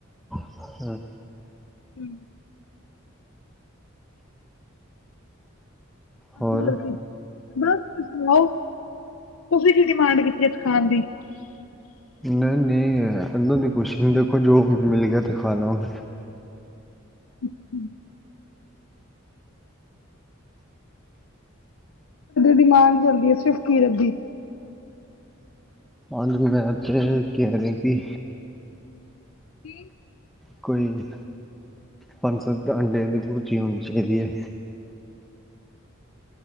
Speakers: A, in the centre; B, on the left.
A: ਹੂੰ।
B: ਹੂੰ। ਤਾਂ
A: ਹੋਰ
B: ਕਰਕੇ। ਬਸ ਤੁਸੀ ਸੁਣਾਓ? ਤੁਸੀਂ ਕੀ ਡਿਮਾਂਡ ਕੀਤੀ ਸੀਗੇ ਖਾਣ ਦੀ।
A: ਨਹੀਂ ਨਹੀਂ ਇੱਦਾਂ ਕੁਛ ਨੀ। ਦੇਖੋ ਜੋ ਮਿਲ ਗਿਆ ਤੇ ਖਾ ਲਵਾਂਗੇ।
B: ਅੱਛਾ। ਡਿਮਾਂਡ ਚਲਦੀ ਹੈ, ਸਿਰਫ ਕੀਰਤ ਦੀ।
A: ਅਜ ਮੈਂ ਤੇ ਕੈ ਰਿਹਾ ਕਿ
B: ਕੀ?
A: ਕੋਈ ਪੰਜ-ਸੱਤ ਅੰਡਿਆਂ ਦੀ ਪੂਜੀ ਹੋਨੀ ਚਾਹੀਦੀ ਏ।